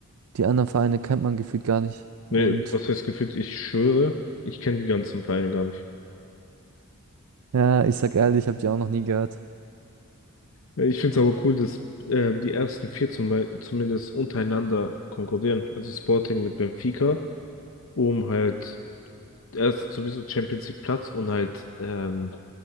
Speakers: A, on the right; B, on the left.
A: Die anderen Vereine kennt man gefühlt gar nicht. Und
B: Nee, was heißt gefühlt? Ich schwöre, ich kenne die ganzen Vereine gar nicht.
A: ja, ich sag ehrlich, ich habe die auch noch nie gehört.
B: Ja, Ich finde es aber cool, dass ähm, die ersten vier zum, zumindest untereinander konkurrieren. Also Sporting mit Benfica, um halt erst sowieso Champions League Platz und halt ähm,